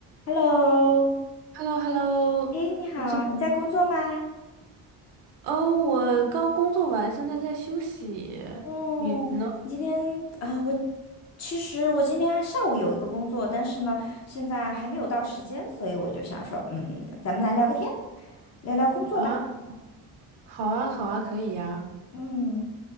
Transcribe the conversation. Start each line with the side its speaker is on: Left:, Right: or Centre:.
Left: Hello，
Right: h e l l o h e l l o
Left: 哎，你好，
Right: 你这，
Left: 你在工作吗？
Right: 哦，我刚工作完，现在在休息。
Left: 哦，
Right: 你呢？
Left: 你今天啊，我其实我今天下午有一个工作，但是呢，现在还没有到时间，所以我就想说，嗯，咱们来聊个天，聊聊工作吧。
Right: 啊，好啊，好啊，可以呀。
Left: 嗯，